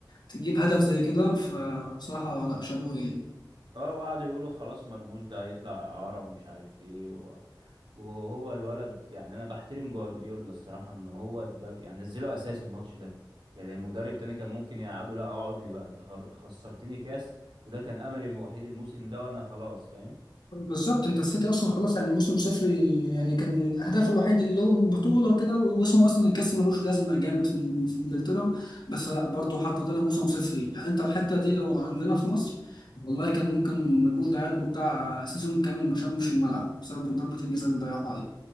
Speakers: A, on the left (about 65°); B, on the right (about 80°).
A: تجيب هدف زي كده فبصراحه لا شابوه يعني
B: اه وقعدوا يقولوا خلاص مرموش ده هيطلع إعارة ومش عارف ايه و... وهو الولد يعني انا بحترم جوارديولا الصراحة ان هو ده يعني نزله اساسي الماتش ده يعني مدرب تاني كان ممكن يقعده لا اقعد لي بقى انت خر- خسرتني كاس وده كان املي الوحيد الموسم ده وانا خلاص فاهم
A: بالظبط انت السيتي اصلا خلاص يعني موسم صفري يعني كان هدفه الوحيد اللي هو البطوله وكده واسمه اصلا الكاس ملوش لازمه جامد في في انجلترا بس لا برضه حتى طلع موسم صفري يعني انت الحته دي لو عندنا في مصر والله كان ممكن مرموش ده يعادله بتاع سيزون كامل ما شمش الملعب بسبب ضربه الجزاء اللي ضيعها